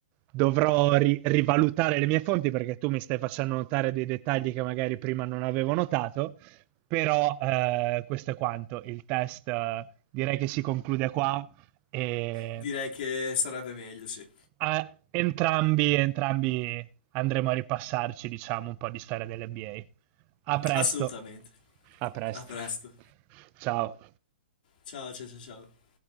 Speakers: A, on the right; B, on the left.
A: dovrò ri- rivalutare le mie fonti perché tu mi stai facendo notare dei dettagli che magari prima non avevo notato, però eh, questo è quanto. Il test eh, direi che si conclude qua. E
B: Direi che sarebbe meglio, sì.
A: a- entrambi, entrambi andremo a ripassarci, diciamo, un po' di storia dell'NBA. A A presto.
B: Assolutamente.
A: A presto.
B: A presto.
A: Ciao.
B: Ciao, ciao, ciao, ciao.